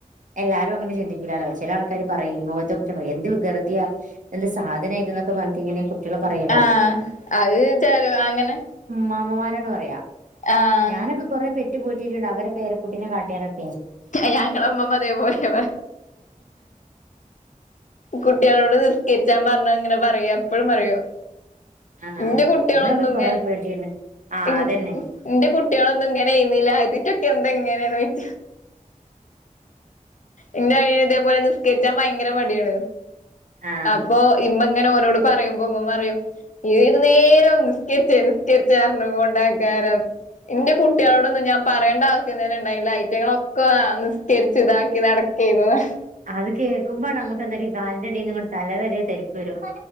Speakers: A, on the right; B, on the left.
A: എല്ലാരും അങ്ങനെ ചിന്തിക്കില്ലാലോ ചില ആൾക്കാര്ർ പറയും മുഖത്തെക്ക പറയും എന്ത് വികൃതിയ എന്ത് സാധന ഇത എന്നൊക്കെ പറഞ്ഞി ഇങ്ങനെ കുട്ടികള് പറയല്ലോ
B: ആഹ അത് വിച്ചരു അങ്ങനെ
A: മാമമാരാണ് പറയാ
B: ആഹ്
A: ഞാനൊക്കെകൊറേ പെ പോറ്റിട്ടുണ്ട് അവരെ പേര കുട്ടിനെ കാട്ടിയേനൊക്കെ
B: ഞങ്ങളെ ഉമ്മമ്മ അതേ പോലെ വാ കുട്ടികളോട് നിസ്കരിച്ചാൻ പറഞ്ഞാ ഇങ്ങനെ പറയും എപ്പഴും പറയും.
A: ആഹ്
B: ഇന്റെ കുട്ടിയൊളൊന്നും
A: ഞങ്ങളൊക്കെ
B: ഇങ്ങനെ
A: കൊറെ പേറ്റിണ്ട് ആഹ്
B: ഇൻ
A: അതന്നെ
B: ഇന്റെ കുട്ടിയൊളൊന്നും ഇങ്ങനെ ആയിരുന്നില്ല, ഇതിറ്റൊക്കെ എന്താ ഇങ്ങനെയന്ന് വെച്ച് ഇൻ്റെ അനിയൻ ഇതേപോലെ നിസ്കരി ക്കാൻ ഭയങ്കര മടിയാണ്
A: ആഹ്
B: അപ്പോ ഇമ്മ അങ്ങനെ ഓനോട് പറയുമ്പോ ഉമ്മുമ്മ പറയും ഏത് നേരം നിസ്കരിച്ച നിസ്കരിച്ചാഞ്ഞ് പറഞ്ഞ് കൊണ്ട് ഐക്കാരം എന്റെ കുട്ടികളോടൊന്നും ഞാൻ പറയണ്ട ആവശ്യ ണ്ടായില്ല ഐറ്റങ്ങളൊക്കെ നിസ്കരി ഇതാക്കി നടക്കയിരുന്നു പ
A: അത് കേക്കുമ്പോ നമുക്ക് അന്നേരം ഈ കാലിൻറെ അടീന്ന് ഇങ്ങാട് തല വരെ പരിപ്പ് വെരും